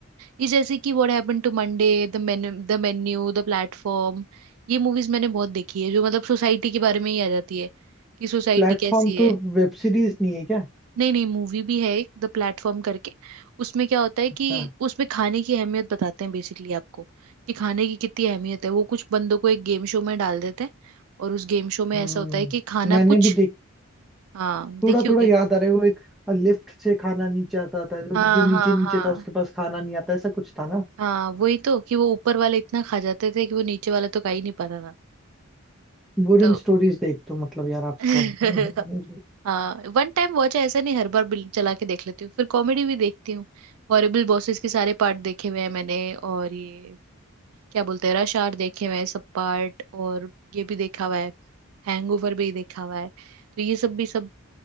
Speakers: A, on the right; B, in the centre.
A: ये जैसे कि what happened to Monday the menu the menu the platform ये मूवीज मैंने बहुत देखी है जो मतलब सोसाइटी के बारे में ही आ जाती है कि सोसाइटी
B: प्लेटफॉर्म
A: कैसी है
B: तो वेब सीरीज नहीं है क्या
A: नहीं नहीं मूवी भी है एक द प्लेटफॉर्म करके उसमें क्या होता है
B: अच्छा
A: कि उसमें खाने की अहमियत बताते हैं बेसिकली आपको कि खाने की कितनी अहमियत है वो कुछ बंदों को एक गेम शो में डाल देते हैं और उस गेम शो में
B: हम्म
A: ऐसा होता है कि खाना
B: मैंने
A: कुछ
B: भी देख
A: हाँ देखी
B: थोड़ा थोड़ा
A: होगी
B: याद आ रहा है वो एक लिफ्ट से खाना नीचे आता था जो
A: हाँ
B: जो
A: हाँ
B: नीचे नीचे
A: हाँ
B: था उसके पास खाना नहीं आता ऐसा कुछ था ना
A: हाँ वही तो कि वो ऊपर वाले इतना खा जाते थे कि वो नीचे वाला तो खा ही नहीं पाता था
B: बोरिंग
A: तो
B: स्टोरीज देख तो मतलब यार आपको
A: <laughs>
B: <laughs>
A: हाँ वन टाइम वॉच है ऐसा नहीं हर बार बिल चला के देख लेती हूँ फिर कॉमेडी भी देखती हूँ हॉरिबल बॉसेस के सारे पार्ट देखे हुए हैं मैंने और ये क्या बोलते हैं रश आवर देखे हुए हैं सब पार्ट और ये भी देखा हुआ है हैंगओवर भी देखा हुआ है तो ये सब भी सब